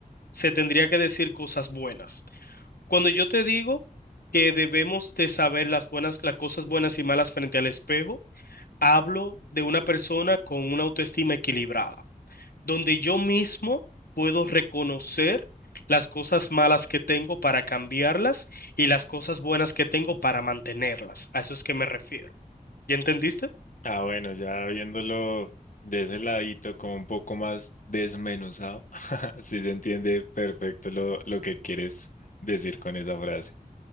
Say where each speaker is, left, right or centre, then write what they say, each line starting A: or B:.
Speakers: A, on the left; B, on the left.
A: se tendría que decir cosas buenas. Cuando yo te digo que debemos de saber las buenas, las cosas buenas y malas frente al espejo, hablo de una persona con una autoestima equilibrada. donde yo mismo puedo reconocer las cosas malas que tengo para cambiarlas y las cosas buenas que tengo para mantenerlas. A eso es que me refiero. ¿Ya entendiste?
B: Ah, bueno, ya viéndolo de ese ladito, como un poco más desmenuzado, <laughs> sí se entiende perfecto lo, lo que quieres decir con esa frase.